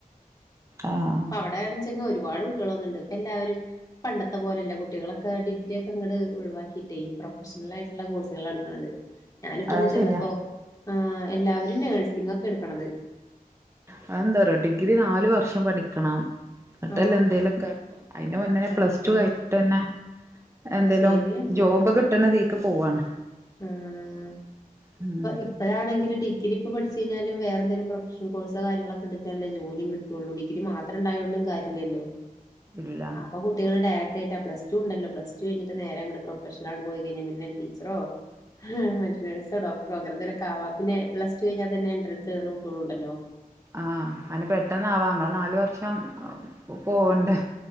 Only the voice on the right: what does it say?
ആഹ്
അത്
ശരിയാ
അത് എന്താറിയൊ ഡിഗ്രി നാലല് വർഷം പഠിക്ക കണം എന്നിട്ടല്ല
എന്തേലും അതിന്റെ മുന്നെ പ്ലസ്
ടു കഴിഞ്ഞിട്ട ന്നെ എന്തേലും
ജോബ് കിട്ടണതീക്ക് പോവാണ്
ഉം
ഇല്ല
ആഹ് അന് പെട്ടെന്നാവാ നമ്മളെ നാാല വർഷം പോവണ്ടെ